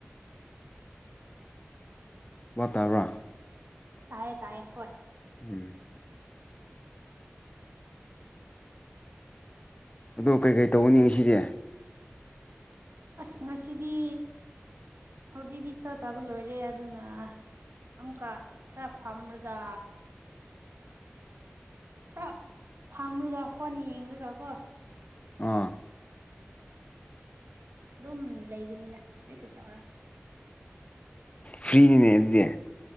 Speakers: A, on the left (about 25°); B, on the right (about 65°).
A: ꯚꯥꯕ ꯇꯥꯕꯔꯥ
B: ꯇꯥꯏꯌꯦ ꯇꯥꯏꯌꯦ ꯍꯣꯏ
A: <inaudible> ꯑꯗꯣ ꯀꯩꯀꯩ ꯇꯧꯅꯤ ꯉꯁꯤꯁꯦ
B: ꯑꯁ ꯉꯁꯤꯗꯤ ꯍꯧꯖꯤꯛꯇꯤ ꯆꯥ ꯆꯥꯕ ꯂꯣꯏꯔꯦ ꯑꯗꯨꯅ ꯑꯃꯨꯛꯀ ꯈꯔ ꯐꯝꯔꯒ ꯈꯔ ꯐꯝꯔꯒ ꯐꯣꯟ ꯌꯦꯡꯨꯔꯒ ꯀꯣ
A: ꯑꯥ
B: ꯑꯗꯨꯝ ꯂꯩꯒꯅꯤꯗ ꯀꯔꯤꯁꯨ ꯇꯧꯔꯣꯏ
A: ꯐ꯭ꯔꯔꯤꯅꯤꯅꯦꯅꯦ